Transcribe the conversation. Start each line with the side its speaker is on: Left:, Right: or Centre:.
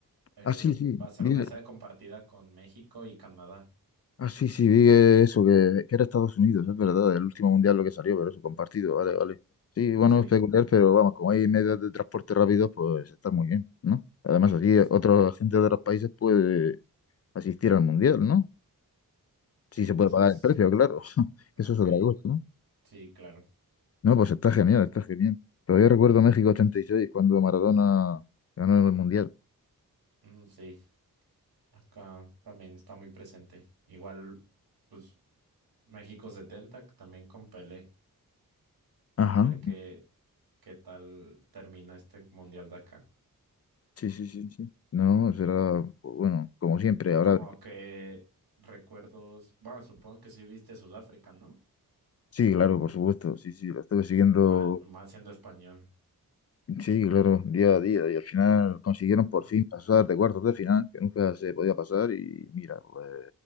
Right: el-
Left: Ah, sí, sí.
Right: va a ser
Left: Vi,
Right: una sede compartida con México y Canadá.
Left: ah, sí, sí, vi eso, que, que era Estados Unidos, es verdad, el último mundial lo que salió, pero eso, compartido, vale, vale. Sí, bueno,
Right: Sí,
Left: es peculiar, pero vamos, como hay medios de transporte rápidos, pues está muy bien, ¿no? Además, aquí
Right: s-
Left: otros agentes de otros países puede asistir al mundial, ¿no? Sí,
Right: sí,
Left: se
Right: pues
Left: puede pagar
Right: es...
Left: el precio, claro. <laughs>
Right: Ok,
Left: Eso es otra cosa, ¿no?
Right: sí, claro.
Left: No, pues está genial, está genial. Todavía recuerdo México 86 cuando Maradona ganó el Mundial.
Right: Mm, sí, acá también está muy presente. Igual, pues México setenta, que también con Pelé.
Left: Ajá.
Right: A ver qué, qué tal termina este mundial de acá.
Left: Sí, sí, sí, sí. No, será,
Right: Y
Left: bueno, como siempre,
Right: tú
Left: ahora.
Right: como que recuerdos, bueno, supongo que sí viste Sudáfrica, ¿no?
Left: Sí, claro, por supuesto. Sí, sí, lo estuve siguiendo,
Right: Má- Más, siendo español.
Left: sí, claro, día a día. Y al final consiguieron por
Right: Mm.
Left: fin pasar de cuartos de final, que nunca se podía pasar. Y mira, pues